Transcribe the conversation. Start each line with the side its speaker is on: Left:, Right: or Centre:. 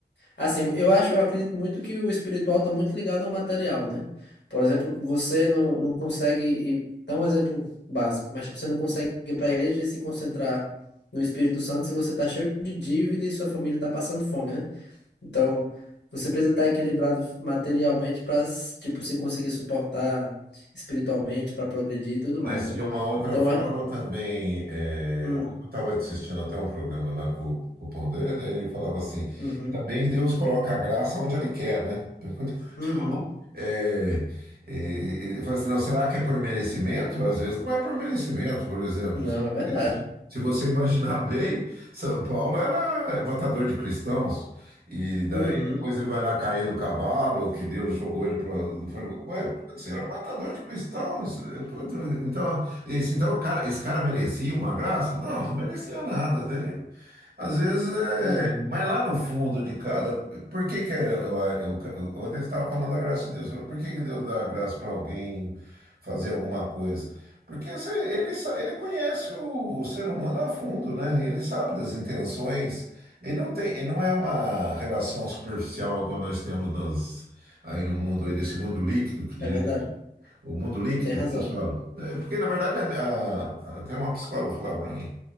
Left: Assim, eu acho, eu acredito muito que o espiritual está muito ligado ao material, né? Por exemplo, você não, não consegue, ir- dá um exemplo básico, mas tipo, você não consegue ir para a igreja e se concentrar no Espírito Santo se você está cheio de dívida e sua família está passando fome, né? Então, você precisa estar equilibrado materialmente para, tipo, se conseguir suportar espiritualmente, para progredir e tudo
Right: Mas
Left: mais, né?
Right: de uma outra
Left: Então,
Right: forma
Left: a-
Right: também, é,
Left: hum,
Right: eu estava assistindo até um programa lá com, com o Pondé, daí ele falava assim, que
Left: uhum,
Right: também Deus coloca a graça onde ele quer, né? <laughs>
Left: uhum,
Right: É, é, ele fala assim, não, será que é por merecimento? Às vezes não é por merecimento, por exemplo.
Left: não, é verdade.
Right: Se você imaginar <laughs> bem, São Paulo era matador de cristãos. E daí
Left: Uhum,
Right: depois ele vai lá cair do cavalo, que Deus jogou ele para. Ué, você era um matador de cristãos. Pô, Deus, Então, esse, então o cara, esse cara merecia uma graça? Não, não merecia nada. Daí, às vezes. é,
Left: uhum,
Right: mas lá no fundo de cada. Por que que eu, eu, eu, ontem estava falando da graça de Deus? Eu falei, Por que que Deus dá a graça para alguém fazer alguma coisa? Porque se- ele, sa- ele conhece o, o ser humano a fundo, né? Ele sabe das intenções. Ele não tem, ele não é uma relação superficial igual nós temos nas, aí no mundo, aí desse mundo líquido, que
Left: é
Right: de-
Left: verdade.
Right: o mundo líquido
Left: Você tem razão.
Right: que eles falam. né? Porque, na verdade, a- a- até uma psicóloga falava para mim.